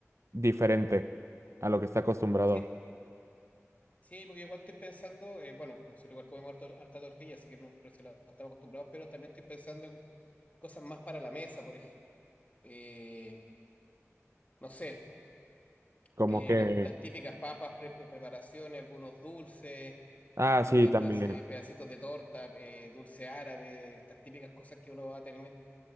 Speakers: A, on the right; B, on the left.
A: diferente a lo que está acostumbrado.
B: Sí, sí, porque igual estoy pensando, eh, bueno, nosotros igual comemos harto- harta tortilla, así que no, por eso la- estamos acostumbrados, pero también estoy pensando en cosas más para la mesa, por ejemplo. Eh, no sé,
A: Como
B: eh,
A: que,
B: las, las típicas papas, pre- eh, preparaciones, algunos dulces,
A: ah,
B: entiéndase,
A: sí, también.
B: pedacitos de torta, eh, dulce árabe, estas típicas cosas que uno va a tener mien-